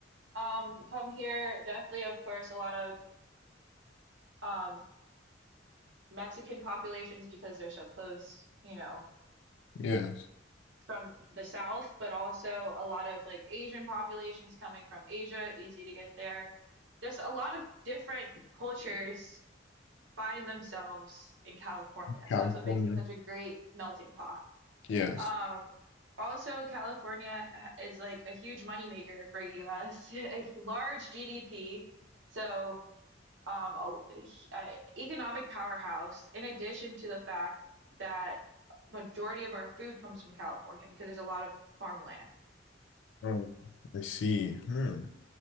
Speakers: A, on the right (about 75°); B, on the left (about 75°).
A: um, come here. Definitely, of course, a lot of um, Mexican populations because they're so close, you know,
B: Yes.
A: from the south, but also a lot of like Asian populations coming from Asia, easy to get there. Just a lot of different cultures find themselves in California.
B: California.
A: So that's what makes it such a great melting pot.
B: Yes.
A: Um, also, California is like a huge moneymaker for US, <laughs> a large GDP. So um, a, h- uh economic powerhouse, in addition to the fact that majority of our food comes from California because there's a lot of farmland.
B: Oh, I see. Hmm.